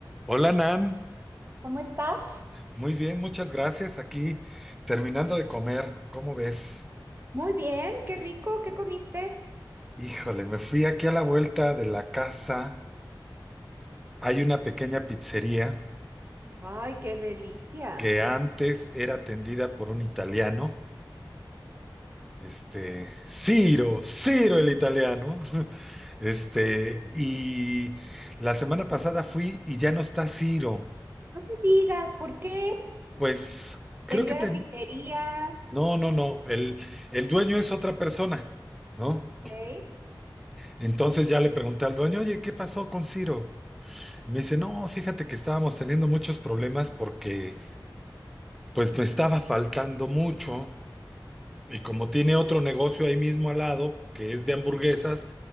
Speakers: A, in the centre; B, on the right (about 30°).
A: Hola Nan,
B: ¿Cómo estás?
A: muy bien, muchas gracias. Aquí terminando de comer, ¿cómo ves?
B: Muy bien, qué rico, ¿qué comiste?
A: Híjole, me fui aquí a la vuelta de la casa. Hay una pequeña pizzería
B: Ay, qué delicia.
A: que antes era atendida por un italiano, este, Ciro, Ciro el italiano. <laughs> Este, y la semana pasada fui y ya no está Ciro.
B: No me digas, ¿por qué?
A: Pues creo
B: Vendió
A: que te...
B: a la pizzería.
A: No, no, no, el, el dueño es otra persona, ¿no?
B: Ok.
A: Entonces ya le pregunté al dueño, oye, ¿qué pasó con Ciro? Y me dice, no, fíjate que estábamos teniendo muchos problemas porque pues me estaba faltando mucho y como tiene otro negocio ahí mismo al lado, que es de hamburguesas,